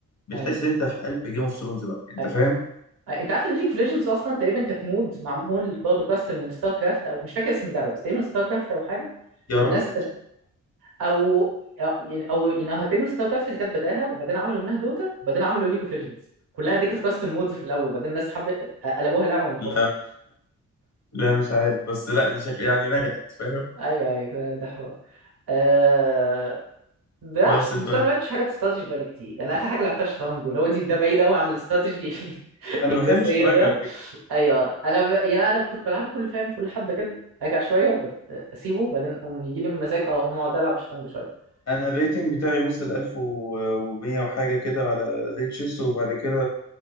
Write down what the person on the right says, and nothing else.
ايوه
ايوه
أي- انت عارف ان ليج اوف ليجندز اصلا تقريبا كانت مود معمول برضه كاستم من ستار كرافت او مش فاكر اسم اللعبه بس تقريبا ستار كرافت او حاجه
الناس
او يعني او يعني هتعمل ستار كرافت اللي كانت بداها وبعدين عملوا منها دوتا وبعدين عملوا ليج اوف ليجندز كلها دي كانت كاستم مودز في الاول بعدين الناس حبت قلبوها لعبه منفصله
ايوه ايوه ده ده حوار آه... بلعبش
بس أنا ما لعبتش حاجات استراتيجي بقالي كتير يعني اخر حاجه لعبتها شطرنج اللي هو دي ده بعيد قوي عن الاستراتيجي <laughs>
الجزئيه
ده
ايوه انا ب... يعني انا كنت بلعبه كل فاهم كل حبه كده ارجع شويه وبعد- اسيبه بعدين اقوم يجي لي مزاج اه اقوم اقعد العب شطرنج شويه